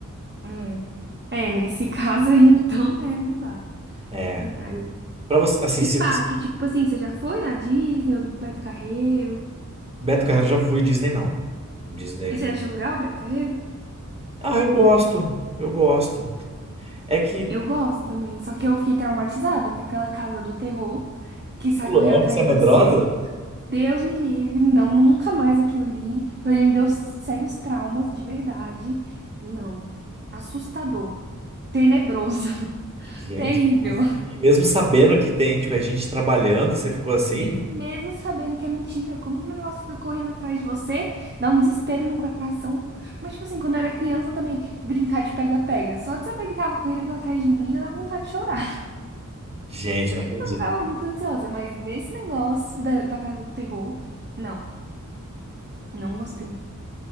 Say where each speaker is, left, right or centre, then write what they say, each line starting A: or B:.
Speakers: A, on the right; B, on the right.
A: é. É, nesse caso aí, então, né, não dá.
B: É,
A: Verdade.
B: para você, assim,
A: E
B: se
A: parque,
B: você
A: tipo assim, você já foi na Disney ou do Beto Carreiro?
B: Beto Carreiro já fui Disney não. Disney.
A: Você achou legal o Beto Carreiro?
B: Ah, eu gosto. Eu gosto. É que
A: Eu gosto também, só que eu fiquei traumatizada com aquela casa do terror que sai
B: Ô, louco,
A: correndo atrás
B: você é
A: de
B: medrosa?
A: você. Deus me livre, não, nunca mais aquilo ali. Aquilo ali me deu sérios traumas de verdade. Não, assustador, tenebroso, <laughs>
B: Gente,
A: terrível.
B: como assim? Mesmo sabendo que tem, tipo, é gente trabalhando, você ficou assim?
A: Sim, mesmo sabendo que é mentira, como que o negócio fica correndo atrás de você? Dá um desespero no coração. Mas, tipo assim, quando eu era criança também, brincar de pega-pega. Só de saber que tava correndo atrás de mim já dá vontade de chorar.
B: Gente, não acredito.
A: Eu ficava muito ansiosa, mas nesse negócio da, da Casa do Terror, não, não gostei. O